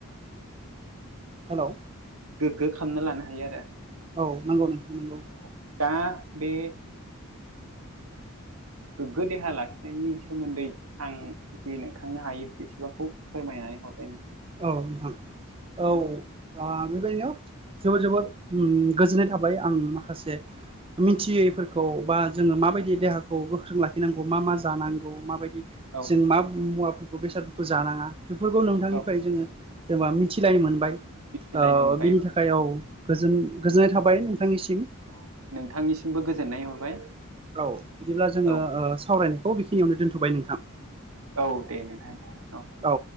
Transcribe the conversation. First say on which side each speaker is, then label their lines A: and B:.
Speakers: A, on the right; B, on the right.
A: हेलौ
B: गोग्गो खामना लानो हायो आरो।
A: औ नांगौ नोंथां नंगौ।
B: औ दा बे गोग्गो देहा लाखिनायनि सोमोन्दै आं जे नोंथांनो हायो बेसेबांखौ फोरमायनानै हरबाय नोंथां।
A: औ नोंथां। औ। अ बेबायदिनो जोबोर जोबोर उम गोजोन्नाय थाबाय आं माखासे मिथियैफोरखौ बा जोङो माबायदियै देहाखौ गोख्रों लाखिनांगौ मा मा जानांगौ माबायदि
B: औ
A: जों मा मुवाफोरखौ बेसादफोरखौ जानाङा बेफोरखौ नोंथांनिफ्राय
B: औ
A: जोङो जेनबा मिथिलाय ओ मोनबाय
B: मिथिलायनो मोनबाय
A: बेनि था खायाव गोजोन गोजोननाय थाबाय नोंथांनिसिम।
B: औ नोंथांनिसिमबो गोजोननाय हरबाय।
A: औ बिदिब्ला जोङो
B: औ
A: ओ सावरायनायखौ बेखिनियावनो दोनथ'बाय नोंथां।
B: औ दे नोंथां दे औ।
A: औ।